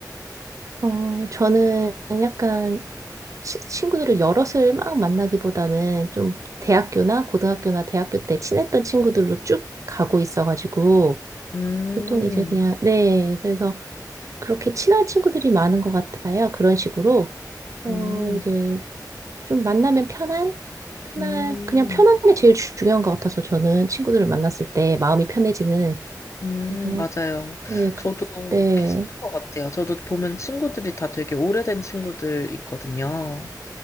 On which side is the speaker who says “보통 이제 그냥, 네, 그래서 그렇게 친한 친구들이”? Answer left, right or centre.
Right